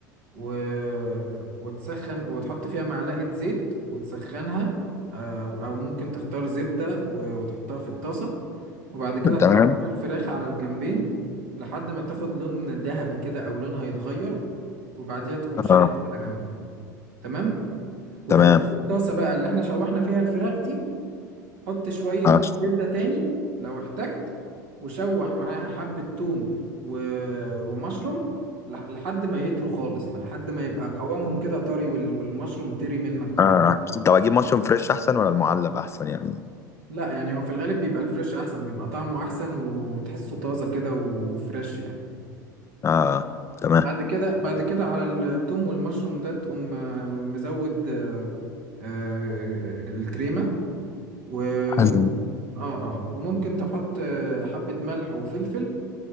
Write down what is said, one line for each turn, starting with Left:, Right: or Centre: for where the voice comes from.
Right: و... وتسخن وتحط فيها معلقة زيت وتسخنها آه، أو ممكن تختار زبدة و- وتحطها في الطاسة وبعد كده تحمر
Left: تمام
Right: الفراخ على الجنبين لحد ما تاخد لون ذهبي كده أو لونها يتغير وبعديها تقوم
Left: اه
Right: شايلها على جنب تمام وفي
Left: تمام
Right: نفس الطاسة بقى اللي احنا شوحنا فيها الفراخ دي حط شوية
Left: اه
Right: زبدة تاني لو احتجت وشوح معاها حبة توم و... ومشروم لح- لحد ما يطروا خالص لحد ما يبقى قوامهم كده طري وال... والمشروم طري منك خالص
Left: اه طب اجيب مشروم فريش احسن ولا المعلب احسن يعني
Right: لا يعني هو في الغالب بيبقى الفريش احسن بيبقى طعمه احسن وتحسه طازة كده وفريش يعني
Left: اه تمام
Right: بعد كده بعد كده على التوم والمشروم ده تقوم آه، مزود آه، آه، الكريمة وممكن
Left: حلو
Right: اه اه وممكن تحط آه، حبة ملح وفلفل